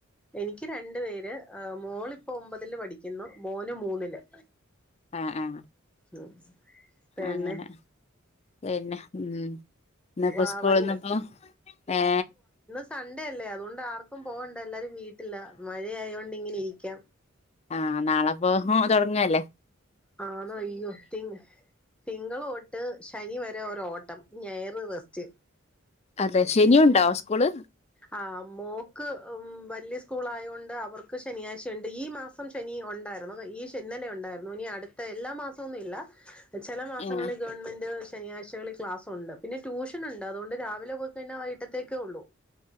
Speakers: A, in the centre; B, on the left.
A: എനിക്ക് രണ്ട് പേര് മോള് ഇപ്പൊ ഒമ്പതില് പഠിക്കുന്നു മോന് മൂന്നില്
B: ആാ ആാ
A: ഉം പിന്നെ
B: അങ്ങനെ പിന്നെ ഉം ഇന്നേപ്പോ
A: വാ
B: സ്കൂളിന്നാപ്പോ
A: വല്ല്
B: യെ
A: സാണ്ടേയല്ലേ അത് കൊണ്ട് ആർക്കും പോവാണ്ട എല്ലാരും വീട്ടിലാ മഴയോണ്ട് ഇങ്ങനെ ഇരിക്കാം
B: ആാ നാളെ അപ്പൊ തെടാങ്ങല്ലേ
A: ആണോ അയ്യോ തി തിങ്കാള് തൊട്ട് ശനി നി വെരെ ഒര് ഓട്ടം ഞായാറ് റേസ്റ്റ്
B: അതെ ശനി ഒണ്ടാവേ സ്കൂള്
A: ആാ മോക്ക് ഉം വല്ല്യായ സ്കൂളോയോ അവർക്ക് ശനിയാഴ്ച ഒണ്ട് ഈ മാസം ശനി ഒണ്ടാര്ന്നു ഈ ശനി ഇന്നലെ ഒണ്ടാര്ന്നു ഇനി അട്ത്താ എല്ലാ മാസോം ന്നില്ലാ ചെല മാസങ്ങാളി
B: ഏഹ്
A: ഗവൺമെന്റ് ശനിയാഴ്ചകളി ക്ലാസ്സോണ്ട് പിന്നെ ട്യൂഷൻ ഒണ്ട് അത് കൊണ്ട് രാവലെ പോയി കഴീഞ്ഞാ വൈട്ടോത്തേക്കേ ഒള്ളു